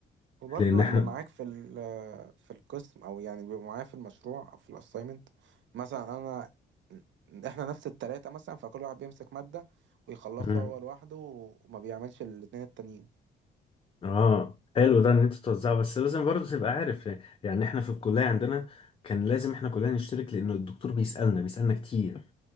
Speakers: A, on the right; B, on the left.
A: وبرضو
B: لان احنا
A: اللي معاك في ال- في القسم او يعني بيبقوا معايا في المشروع او في الاساينمنت مثلا انا احنا نفس التلاتة مثلا فكل واحد بيمسك مادة ويخلصها
B: مم.
A: هو لوحده وما بيعملش الاتنين التانيين
B: اه حلو ده ان انت توزعه بس لازم برضه تبقى عارف يعني احنا في الكليه عندنا كان لازم احنا كلنا نشترك لانه الدكتور بيسالنا بيسالنا كتير